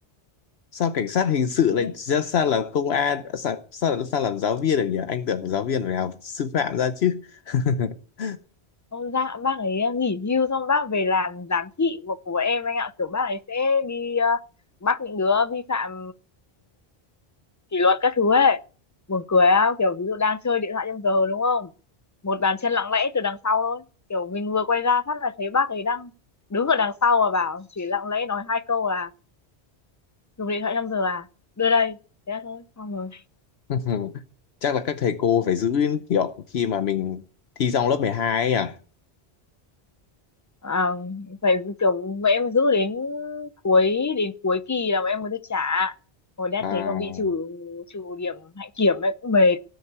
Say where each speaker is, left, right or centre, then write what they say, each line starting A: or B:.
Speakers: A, on the left; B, on the left.
A: sao cảnh sát hình sự
B: Thế
A: lại ra sao làm công an sao sao, sao làm giáo viên được nhỉ anh tưởng giáo viên phải học sư phạm ra chứ <laughs>
B: ông dạ bác ấy à, nghỉ hưu xong bác về làm giám thị của, của em anh ạ kiểu bác ấy sẽ đi ờ, bắt những đứa vi phạm kỷ luật các thứ ấy buồn cười á kiểu ví dụ đang chơi điện thoại trong giờ đúng không một bàn chân lặng lẽ từ đằng sau thôi kiểu mình vừa quay ra phát là thấy bác ấy đang đứng ở đằng sau và bảo chỉ lặng lẽ nói hai câu là dùng điện thoại trong giờ à đưa đây thế là thôi xong rồi
A: <laughs> chắc là các thầy cô phải giữ kiểu khi mà mình thi xong lớp 12 ấy à
B: à, phải kiểu mẹ em phải giữ đến cuối đến cuối kỳ là bọn em mới được trả hồi đã
A: à
B: thế còn bị trừ trừ điểm hạnh kiểm ấy cũng mệt